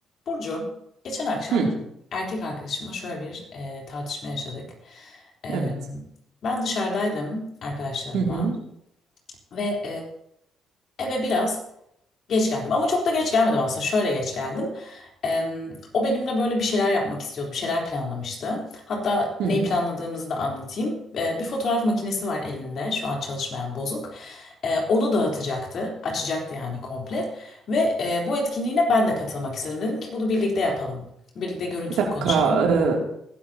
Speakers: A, on the left; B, on the right.
A: Burcu, geçen akşam
B: Hı,
A: erkek arkadaşımla şöyle bir e, tartışma yaşadık. E,
B: evet.
A: ben dışarıdaydım arkadaşlarımla
B: Hı hı,
A: ve e, eve biraz Geç geldim ama çok da geç gelmedim aslında. Şöyle geç geldim. Em, o benimle böyle bir şeyler yapmak istiyordu, bir şeyler planlamıştı. Hatta
B: hı
A: neyi
B: hı.
A: planladığımızı da anlatayım. E, bir fotoğraf makinesi var elinde, şu an çalışmayan bozuk. E, onu dağıtacaktı, açacaktı yani komple. Ve e, bu etkinliğine ben de katılmak istedim. Dedim ki bunu birlikte yapalım. Birlikte görüntülü
B: Bir dakika,
A: konuşalım.
B: e,